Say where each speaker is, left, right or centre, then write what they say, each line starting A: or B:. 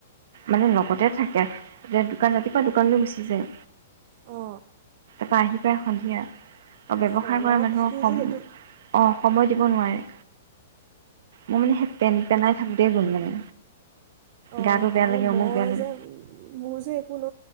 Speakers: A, on the right; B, on the right.
A: মানে লগতে থাকে এতিয়া দোকান ৰাতিপুৱা দোকান লৈ গুচি যায়।
B: অ।
A: পা আহিব। ব সন্ধিয়া অ ব্যৱসায়
B: অঁ
A: কৰা
B: লগত
A: মানুহক
B: থাকিও যে সেইটো
A: অ। সময় দিব। নোৱাৰে মোৰ মানে সেই পেণ্ট পেনাই থাকোঁতে গ'ল মানে।
B: অ
A: গাটো বেয়া লাগে
B: এই
A: অমুক
B: মই
A: বেয়া লাগে
B: যে মোৰ যে একো ন